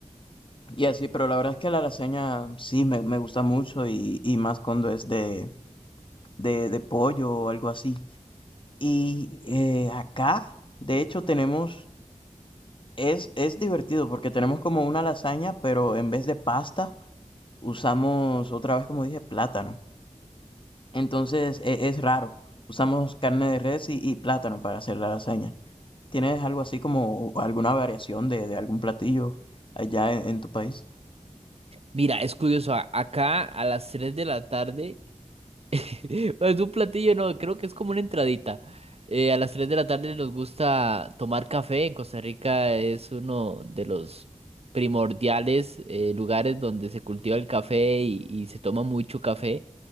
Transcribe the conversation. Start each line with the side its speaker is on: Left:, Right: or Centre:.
Left: y así, pero la verdad es que la lasaña sí me, me gusta mucho y, y más cuando es de, de, de pollo o algo así. Y eh, acá, de hecho, tenemos, es, es divertido porque tenemos como una lasaña, pero en vez de pasta usamos otra vez, como dije, plátano. Entonces e- es, raro. Usamos carne de res y, y plátano para hacer la lasaña. ¿Tienes algo así como alguna variación de, de algún platillo allá en, en tu país?
Right: Mira, es curioso, a- acá a las 3 de la tarde <laughs> Es un platillo, no, creo que es como una entradita. Eh, a las 3 de la tarde nos gusta tomar café. En Costa Rica es uno de los primordiales eh, lugares donde se cultiva el café y, y se toma mucho café.